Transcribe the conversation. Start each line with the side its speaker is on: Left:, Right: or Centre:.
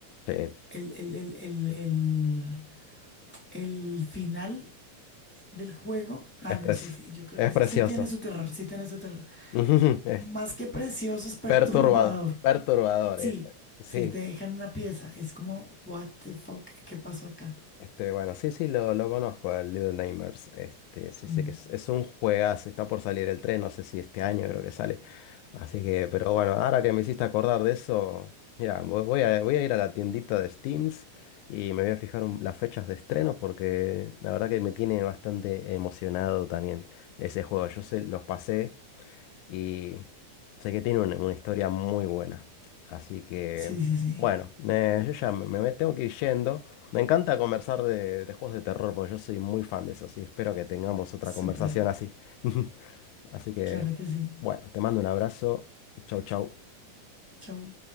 Left: Sí,
Centre: el, el, el, el, el- el final del juego. Ah,
Left: Es,
Centre: no,
Left: pres-
Centre: sí, sí, yo creo
Left: es
Centre: que sí.
Left: precioso.
Centre: Sí tiene su terror, sí tiene su terror.
Left: <laughs> Es
Centre: Más que precioso, es perturbador.
Left: perturbado. Perturbador,
Centre: Sí,
Left: esa. Sí,
Centre: si te dejan una pieza, es como, what the fuck, ¿qué pasó acá?
Left: este, bueno, sí, sí, lo, lo conozco, al Little Nightmares. Este, sí
Centre: Mm,
Left: sé que es, es un juegazo, está por salir el tren, no sé si este año creo que sale. Así que, pero bueno, ahora que me hiciste acordar de eso, mira, vo- voy a, voy a ir a la tiendita de Steams y me voy a fijar un- las fechas de estreno porque la verdad que me tiene bastante emocionado también ese juego. Yo sé, los pasé. Y sé que tiene una, una historia muy buena. Así que,
Centre: Sí, sí, sí,
Left: bueno, eh, yo ya me, me tengo que ir yendo. Me encanta conversar de, de juegos de terror porque yo soy muy fan de eso. Así espero que tengamos otra
Centre: súper,
Left: conversación así. <laughs> Así que,
Centre: claro que sí.
Left: bueno, te mando un abrazo. Chau, chau.
Centre: Chau.